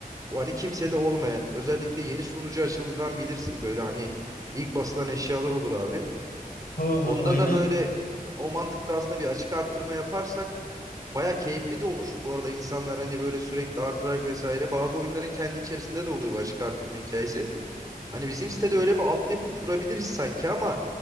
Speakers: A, on the right; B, on the left.
A: bu hani kimsede olmayan özellikle yeni sunucu açıldığından bilirsin böyle hani ilk basılan eşyalar olur abi.
B: Ha,
A: Onda
B: a- aynen.
A: da böyle o mantıkta aslında bir açık artırma yaparsak Baya keyifli de olur. Bu arada insanlar hani böyle sürekli artırarak vesaire bazı oyunların kendi içerisinde de oluyor bu açık artırma hikayesi. Hani bizim sitede öyle bir altyapı kurabiliriz sanki ama